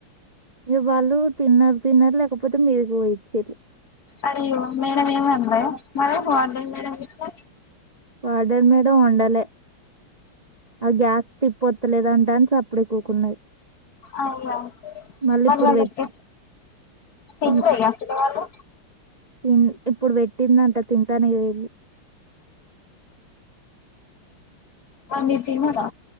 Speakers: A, on the right; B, on the left.
A: ఇగ్ వాళ్ళు తిన్నారు తిన్నారు లేకపోతే మీరు వచ్చేట్లు
B: అయ్యో మేడమ్ ఏమి అందా మల్లా వార్డెన్ మేడం చూస్తే
A: వార్డన్ మేడం వండలే అవి గ్యాస్ తిప్పొత్తలేద అంటా అన్ చప్పుడే కుకున్నది
B: అయ్యో
A: మళ్ళీ
B: మరి
A: ఇప్పుడు
B: వాళ్ళకి
A: పెట్టి
B: తినలే
A: మ్మ్
B: ఇగ అసలు వాళ్ళు
A: ఈ ఇప్పుడు పెట్టిందంట తింటానికి పోయిరు
B: పండు తిన్నడా